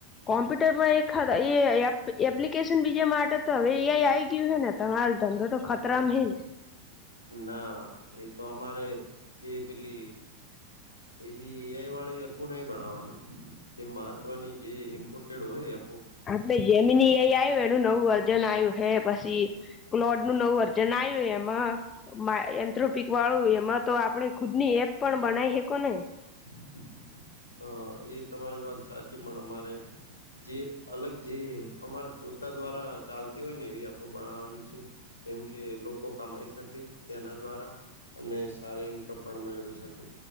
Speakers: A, on the left (about 25°); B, on the left (about 80°).
A: કોમ્પ્યુટર માં એક હારા એ એપ્લ એપ્લિકેશન બીજા માટે તો હવે એઆઈ આવી ગયું હે ને તમાર ધંધો તો ખતરામાં હેને
B: ના એ તો અમારે જે પેલી એવી એઆઈ વાળી એપુ નય બણવાની જે મહત્વની જે ઇમ્પોર્ટેડ હોય એપો
A: આમતો જેમીની એઆઈ આવ્યું એનું નવું વર્જન આવ્યું હે પછી ક્લોડ નું નવું વર્જન આયુ એમાં મા એન્થ્રોપિક વાળું એમાં તો આપણે ખુદ ની એપ પણ બનાઈ હકો ને
B: <inaudible> હ એ તમારી વાત સાચી પણ અમારે જે અલગ જે અમારે પોતા દ્વારા ચાલતી હોય ને એવી એપો બણાવાની છે જેમકે લોકો કમાઈ શકે તેના દ્વારા અને સારી ઇન્કમ પણ મેળવી શકે.